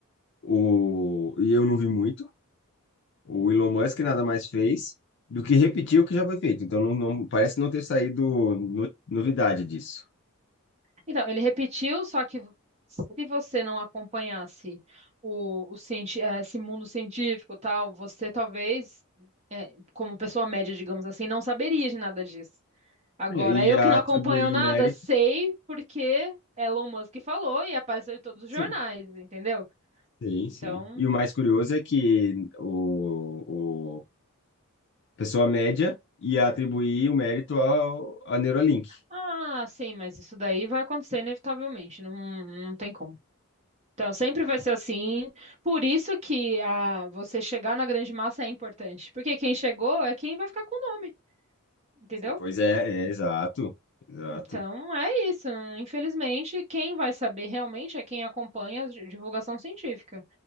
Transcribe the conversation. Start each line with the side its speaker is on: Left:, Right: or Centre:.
Left: o, e eu não vi muito, O Elon Musk nada mais fez do que repetir o que já foi feito. Então, não, não- parece não ter saído no- novidade disso.
Right: Então, ele repetiu, só que se você não acompanhasse o, o cienti- eh, esse mundo científico, e tal, você talvez, eh, como pessoa média, digamos assim, não saberia de nada disso. Agora,
Left: É, E
Right: eu
Left: atribuir
Right: que não acompanho nada,
Left: o mérito.
Right: sei porque Elon Musk falou e apareceu em todos os
Left: Sim.
Right: jornais, entendeu?
Left: Sim,
Right: Então,
Left: sim. E o mais curioso é que o, o a pessoa média ia atribuir o mérito ao, a Neuralink.
Right: ah, sim, mas isso daí vai acontecer inevitavelmente, não, não tem como. Então, sempre
Left: né?
Right: vai ser assim. Por isso que a, você chegar na grande massa é importante. Porque quem chegou é quem vai ficar com o nome, entendeu?
Left: Pois é, é exato, exato.
Right: Então, é isso. Infelizmente, quem vai saber realmente é quem acompanha a di- divulgação científica.